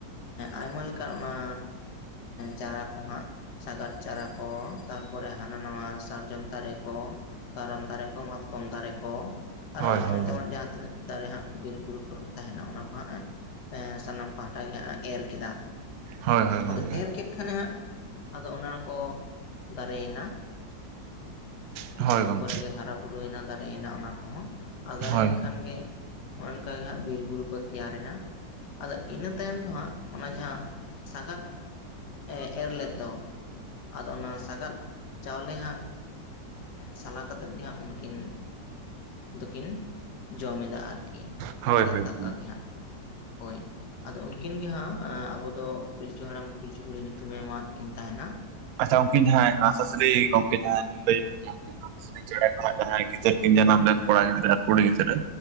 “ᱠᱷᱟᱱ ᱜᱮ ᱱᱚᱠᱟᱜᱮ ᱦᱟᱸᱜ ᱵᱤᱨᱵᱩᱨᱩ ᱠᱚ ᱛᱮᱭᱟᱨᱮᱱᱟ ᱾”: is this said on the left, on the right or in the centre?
Left